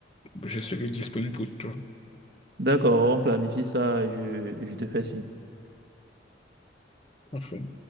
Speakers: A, on the left (about 30°); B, on the right (about 55°).
A: je serai disponible pour toi.
B: D'accord, on planifie ça, je, je te fais signe.
A: Parfait.